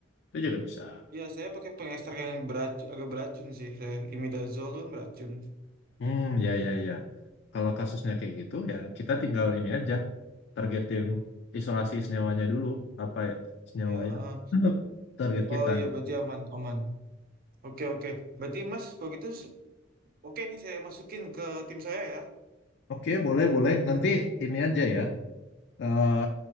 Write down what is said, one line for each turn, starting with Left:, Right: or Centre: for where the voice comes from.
Left: Itu juga bisa.
Right: Iya, saya pakai pengekstrak yang beracun, agak beracun sih. Saya. Imidazol tuh kan beracun.
Left: Hmm, ya, ya, ya. Kalau kasusnya kayak gitu, ya kita tinggal ini aja, targetin isolasi senyawanya dulu, apa ya, senyawa
Right: Iya,
Left: yang
Right: heeh.
Left: <clears throat> target
Right: Oh
Left: kita.
Right: iya, berarti aman, aman. Oke, oke. Berarti Mas, kalau gitu, s- oke nih saya masukin ke tim saya ya.
Left: Oke, boleh, boleh. Nanti ini aja ya, eh,